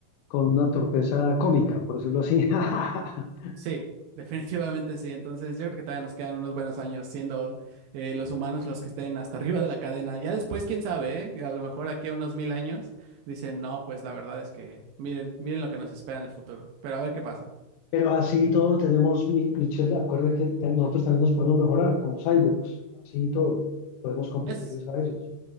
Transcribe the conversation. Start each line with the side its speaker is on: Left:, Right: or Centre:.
Left: con una torpeza cómica, por decirlo así. <laughs>
Right: Sí, <laughs> definitivamente sí. Entonces yo creo que todavía nos quedan unos buenos años siendo eh, los humanos los que estén hasta arriba de la cadena. Ya después, quién sabe, ¿eh? A lo mejor aquí a unos mil años dicen, no, pues la verdad es que miren, miren lo que nos espera en el futuro. Pero a ver qué pasa.
Left: Pero así todo tenemos, Mi- Michelle, acuerda que que nosotros también nos podemos mejorar como cyborgs, así todo, podemos competirles
Right: Es
Left: a ellos.